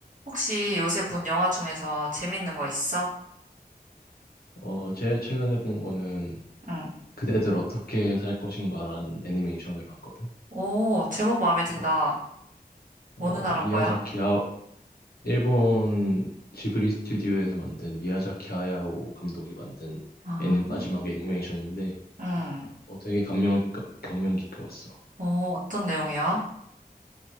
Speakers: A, on the right; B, on the left.
A: 혹시 요새 본 영화 중에서 재밌는 거 있어?
B: 어, 제일 최근에 본 거는
A: 응.
B: 그대들 어떻게 살 것인가라는 애니메이션을 봤거든.
A: 오, 제목 마음에 든다.
B: 어, 어,
A: 어느 나라
B: 미야자키
A: 거야?
B: 아, 일본 지브리 스튜디오에서 만든 미야자키 하야오 감독이 만든
A: 아.
B: 애니, 마지막 애니메이션인데
A: 응.
B: 어, 되게 감명, 깊- 감명 깊게 봤어.
A: 어, 어떤 내용이야?